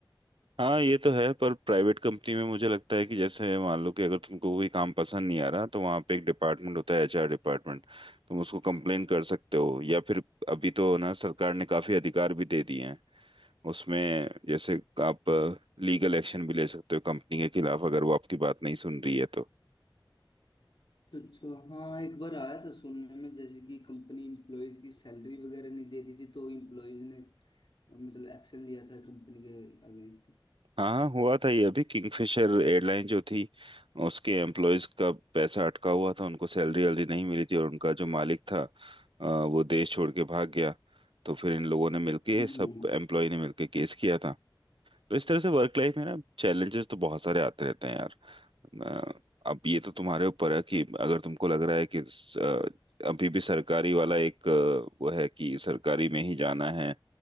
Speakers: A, on the right (about 75°); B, on the left (about 65°).
A: हाँ ये तो है पर प्राइवेट कंपनी में मुझे लगता है कि जैसे मान लो कि अगर तुमको कोई काम पसंद नहीं आ रहा तो वहाँ पे एक डिपार्टमेंट होता है एचआर डिपार्टमेंट तुम उसको कंप्लेन कर सकते हो या फिर अभी तो ना सरकार ने काफी अधिकार भी दे दिए हैं उसमें जैसे आप लीगल एक्शन भी ले सकते हो कंपनी के खिलाफ अगर वो आपकी बात नहीं सुन रही है तो
B: अच्छा हाँ एक बार आया था सुनने में जैसे कि कंपनी इम्प्लॉयज की सैलरी वगैरह नहीं दे रही थी तो इम्प्लॉयज ने अ, मतलब एक्शन लिया था कंपनी के अगेंस्ट
A: हाँ हुआ था ये अभी किंगफिशर एयरलाइन जो थी उसके एम्प्लॉयज का पैसा अटका हुआ था उनको सैलरी वैलरी नहीं मिली थी और उनका जो मालिक था अ, वो देश छोड़ के भाग गया तो फिर इन लोगों ने मिलके
B: हम्म।
A: सब एम्प्लॉय ने मिलके केस किया था तो इस तरह से वर्क लाइफ में ना चैलेंजेस तो बहुत सारे आते रहते हैं यार अ, अब ये तो तुम्हारे ऊपर है कि अगर तुमको लग रहा है कि अ, अभी भी सरकारी वाला एक अ, वो है कि सरकारी में ही जाना है